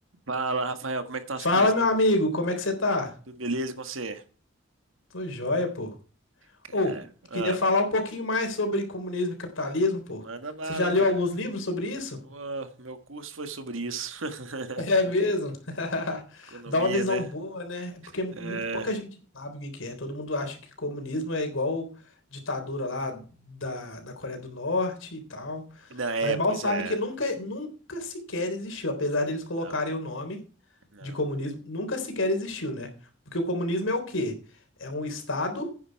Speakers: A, on the right; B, on the left.
A: Fala, Rafael, como é que estão
B: Fala,
A: as coisas?
B: meu
A: Tudo,
B: amigo, como é que você tá?
A: tudo beleza com você?
B: Tô joia, pô.
A: Cara,
B: Ou,
A: ah,
B: queria falar um pouquinho mais sobre comunismo e capitalismo, pô.
A: manda bala,
B: Você já leu
A: cara.
B: alguns livros sobre isso?
A: Ô, meu curso foi sobre isso. <laughs>
B: É mesmo? <laughs>
A: Economia,
B: Dá uma visão
A: né?
B: boa, né? É Porque muito
A: É,
B: pouca gente sabe o que que é. Todo mundo acha que comunismo é igual ditadura lá da, da Coreia do Norte e tal.
A: não, é,
B: Mas mal
A: pois
B: sabe
A: é.
B: que nunca, nunca sequer existiu. Apesar deles colocarem
A: Não,
B: o nome
A: não.
B: de comunismo, nunca sequer existiu, né? Porque o comunismo é o quê? É um Estado